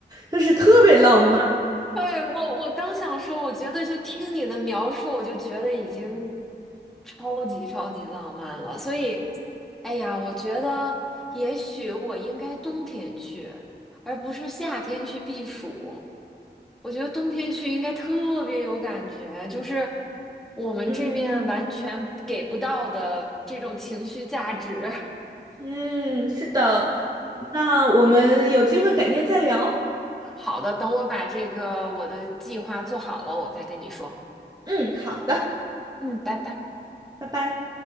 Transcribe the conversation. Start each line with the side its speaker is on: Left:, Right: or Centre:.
Right: 就是特别浪漫。
Centre: <laughs> 对，我我刚想说，我觉得就听你的描述，我就觉得已经超级超级浪漫了。所以，哎呀，我觉得也许我应该冬天去，而不是夏天去避暑。我觉得冬天去应该特别有感觉，就是我们这面完全给不到的这种情绪价值。
Right: 嗯
Centre: <laughs>
Right: 嗯，是的，那我们有机会改天再聊。
Centre: 好的，等我把这个我的计划做好了，我再跟你说。
Right: 嗯，好的，
Centre: 嗯，拜拜。
Right: 拜拜。